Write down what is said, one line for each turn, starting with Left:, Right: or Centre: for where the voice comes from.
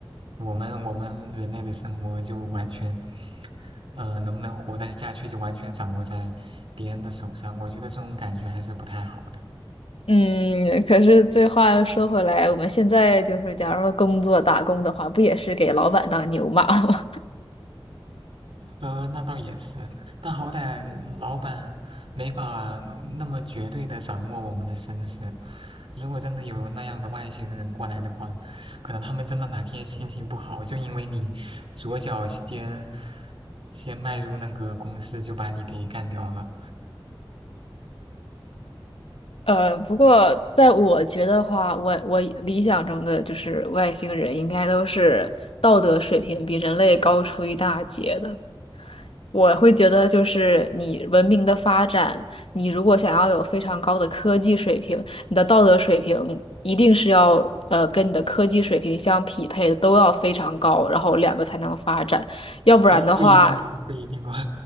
Right: 我们我们人类的生活就完全，呃，能不能活得下去就完全掌握在别人的手上。我觉得这种感觉还是不太好的。
Left: 嗯，可是这话又说回来，我们现在就是假如说工作打工的话，不也是给老板当牛马吗？
Right: 呃，那倒也是，但好歹老板没法那么绝对的掌握我们的身世。如果真的有那样的外星人过来的话，可能他们真的哪天心情不好，就因为你左脚先先迈入那个公司，就把你给干掉了。
Left: 呃，不过在我觉得话，我我理想中的就是外星人应该都是道德水平比人类高出一大截的。我会觉得，就是你文明的发展，你如果想要有非常高的科技水平，你的道德水平一定是要呃跟你的科技水平相匹配的，都要非常高，然后两个才能发展。要不然的话，
Right: 呃，不一定哦，不一定哦。<laughs>